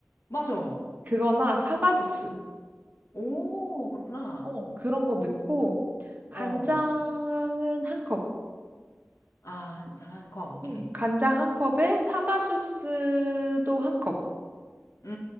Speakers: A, on the left; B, on the right.
A: 맞아.
B: 그거나 사과 주스.
A: 오, 그렇구나.
B: 어, 그런 거 넣고, 간장은
A: 어,
B: 한 컵.
A: 아, 한, 한 컵, 오케이.
B: 음, 간장 한 컵에 사과 주스도 한 컵.
A: 음,